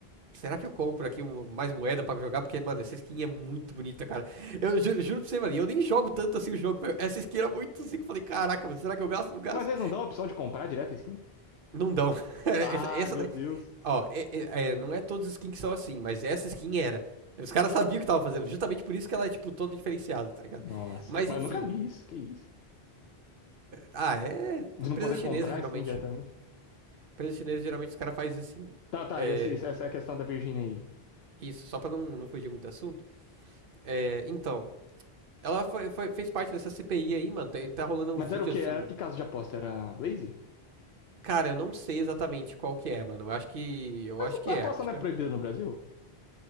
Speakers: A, on the right; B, on the left.
A: Será que eu compro aqui uma- mais moeda pra jogar? Porque, mano, essa skin é muito bonita, cara. Eu ju- juro pra você, mano, e eu nem jogo tanto assim o jogo, velho. Essa skin era muito assim que eu falei, caraca, mano, será que eu gasto? Não gasto.
B: Mas eles não dão a opção de comprar direto a skin?
A: Não dão. <laughs> Essa,
B: Ah,
A: essa
B: meu
A: daí,
B: Deus.
A: Ó, é- é- é, não é todas as skins que são assim, mas essa skin era. Os caras sabiam o que tava fazendo, justamente por isso que ela é, tipo, toda diferenciada, tá ligado?
B: Nossa,
A: Mas
B: mas
A: enfim.
B: eu nunca vi isso, que isso.
A: Ah, é.
B: De
A: Empresa
B: não poder
A: chinesa,
B: comprar
A: geralmente.
B: a skin diretamente?
A: Empresa chinesa, geralmente, os caras fazem assim.
B: Tá, tá,
A: É,
B: esse- esse- essa é a questão da Virginia aí.
A: isso, só pra não, não fugir muito do assunto. É, então, ela foi, foi- fez parte dessa CPI aí, mano. Tá, tá rolando
B: Mas
A: uns vídeos
B: era o quê?
A: assim.
B: Era que caso de aposta? Era Blaze?
A: Cara, eu não sei exatamente qual que é, mano. Eu acho que. Eu
B: Mas
A: acho que
B: a aposta
A: é. Acho
B: não
A: que
B: é proibida
A: é
B: no Brasil?